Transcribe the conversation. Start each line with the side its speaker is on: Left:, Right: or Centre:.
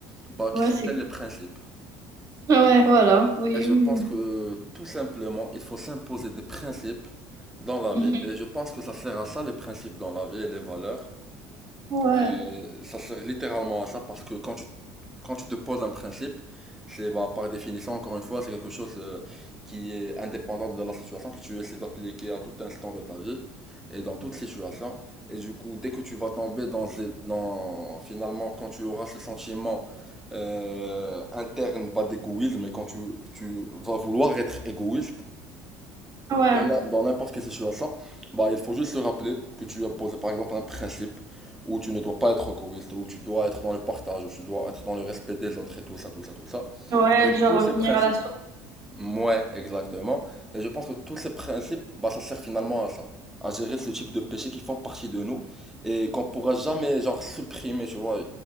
Centre: bah qui
Right: ouais,
Centre: s'appelle
Right: c'est
Centre: le principe.
Right: Ouais, voilà, oui,
Centre: Et je
Right: oui.
Centre: pense
Right: oui.
Centre: que tout simplement, il faut s'imposer des principes dans la
Right: Mhm.
Centre: vie. Et je pense que ça sert à ça, les principes dans la vie et les valeurs.
Right: Ouais,
Centre: Euh, ça sert littéralement à ça parce que quand tu, quand tu te poses un principe, c'est bah, par définition, encore une fois, c'est quelque chose euh, qui est indépendant de la situation que tu essaies d'appliquer à tout instant de ta vie et dans toute situation. Et du coup, dès que tu vas tomber dans, ces- dans finalement, quand tu auras ce sentiment euh, interne bah, d'égoïsme et quand tu, tu vas vouloir être égoïste,
Right: ouais,
Centre: dans la- dans n'importe quelle situation, bah, il faut juste se rappeler que tu as posé par exemple un principe où tu ne dois pas être égoïste, où tu dois être dans le partage, où tu dois être dans le respect des autres et tout ça, tout ça, tout ça.
Right: ouais,
Centre: Et
Right: genre
Centre: tous
Right: revenir
Centre: ces principes,
Right: à la source.
Centre: ouais, exactement. Et je pense que tous ces principes, bah, ça sert finalement à ça, à gérer ce type de péchés qui font partie de nous et qu'on pourra jamais, genre, supprimer, tu vois.